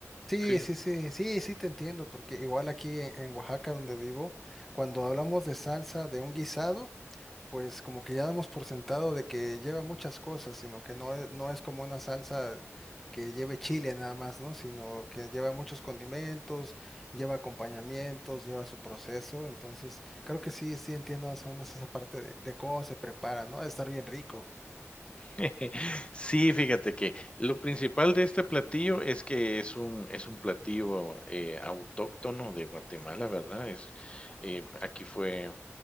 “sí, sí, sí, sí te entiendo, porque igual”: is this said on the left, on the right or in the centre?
Centre